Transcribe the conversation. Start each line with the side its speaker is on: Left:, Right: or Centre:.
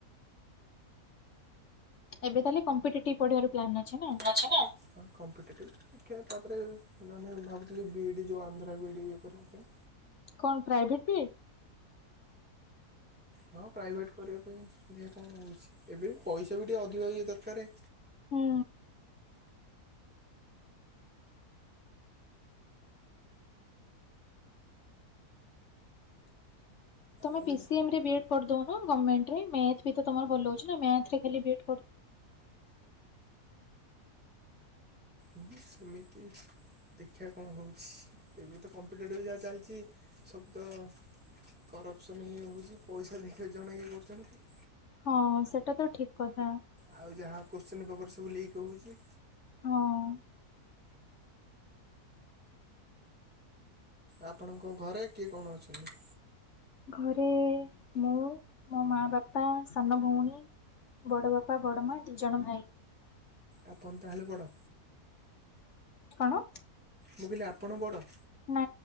Left: ଏବେ ତାହେଲେ କମ୍ପିଟେଟିଭ ପଢିବାର ପ୍ଲାନ୍ ଅଛି ନା।
Centre: ଅଛ ନା। ବା କମ୍ପିଟେଟିଭ୍ ଦେଖିବା ତାପରେ ମାନେ ଭାବୁଥିଲି ବିଇଡ଼ି ଯେଉଁ ଆନ୍ଧ୍ର ବିଇଡ଼ି ଇଏ କରିବା ପାଇଁ।
Left: କଣ ପ୍ରାଇଭେଟ ବି
Centre: ହଁ ପ୍ରାଇଭେଟ କରିବା ପାଇଁ ଦେଖିବା କଣ ହଉଛି ଏବେ ପଇସା ବି ଟିକେ ଅଧିକ ଇଏ ଦରକାରେ।
Left: ହୁଁ। ତମେ
Centre: ଆଉ
Left: ପି ସ ଏମ୍ ବିଏଡ୍ କରିଦଉ ନା ଗର୍ଣ୍ଣମେଣ୍ଟରେ ମ୍ୟାଥ ବି ତମର ଭଲ ହଉଛି ନା ମ୍ୟାଥରେ ବିଏଡ କରି।
Centre: ଏ ସେମିତି। ଦେଖିବା କଣ ହଉଛି ଏବେ ତ କମ୍ପିଟେଟିଭ ଯାହା ଚାଲିଛି ସବୁ ତ। କରପସନ ଇଏ ହଉଛି ପଇସା ଦେଇକି ଜଣେଇ ଇଏ କରୁଛନ୍ତି।
Left: ହଁ ସେଟା ତ ଠିକ କଥା।
Centre: ଆଉ ଯାହା କୋଶ୍ଚିନ୍ ପେପର୍ ସବୁ ଲିକ୍ ହଉଛି।
Left: ହଁ
Centre: ଆପଣଙ୍କ ଘରେ କିଏ କଣ ଅଛନ୍ତି?
Left: ଘରେ ମୁଁ। ମୋ ମା ବାପା ସାନ ଭଉଣୀ ବଡ଼ ବାପା ବଡ ମା ଦିଜଣ ଭାଇ।
Centre: ଆପଣ ତାହେଲେ ବଡ।
Left: କଣ
Centre: ମୁଁ କହିଲି ଆପଣ ବଡ଼।
Left: ନା